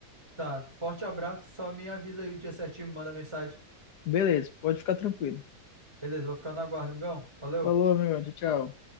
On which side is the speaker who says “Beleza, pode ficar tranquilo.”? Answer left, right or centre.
Left